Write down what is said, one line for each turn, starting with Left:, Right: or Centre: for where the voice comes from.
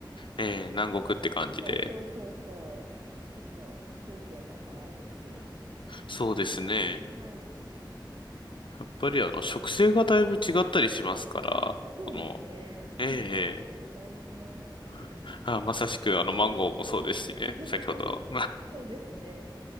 Left: ー、えー、南国って感じで。
Right: 食べ、そうそうそうそう。ちょっと風景も変わるし。
Left: そうですね。
Right: はい。
Left: やっぱりあの、植生がだいぶ違ったりしますから、
Right: あ、そうですね。
Left: その、えー
Right: そうですね。
Left: え
Right: だいぶ違いますよね。
Left: ー、あ、まさしくあの、マンゴーもそうですしね。
Right: <laughs>
Left: 先ほど。
Right: そうですね。